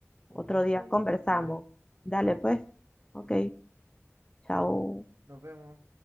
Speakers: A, on the right; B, on the left.
A: un
B: otro
A: gusto,
B: día conversamos.
A: que estés bien.
B: Dale, pues. Ok, chao.
A: Nos vemos.